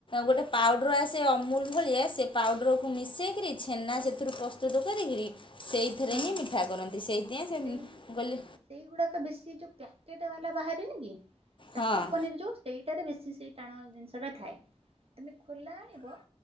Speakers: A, on the left; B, on the right.
A: ଗୋଟେ ପାଉଡ଼ର ଆସେ ଅମୁଲୁ ଭଳିଆ ସେ ପାଉଡ଼ରକୁ ମିସେଇକିରି ଛେନା ସେଥିରୁ ପ ପ୍ରସ୍ତୁତ କରିକିରି ସେଇଥିରେ
B: ହଁ
A: ହିଁ ମିଠା
B: ହଁ
A: କରନ୍ତି ସେଇଥିପାଇଁ ସେ
B: ସେଇ
A: କହିଲି
B: ସେଇଗୁଡାକ ବେଶୀ ଯୋଉ ପ୍ୟାକେଟ ବାଲା ବାହାରେନି କି ପ୍ୟାକେଟ
A: ହଁ
B: ପନିର ଯୋଉ ସେଇଟାରେ ବେଶୀ ସେଇ ଟାଣ ଜିନିଷ ଟା ଥାଏ ତମେ ଖୋଲା ଆଣିବ।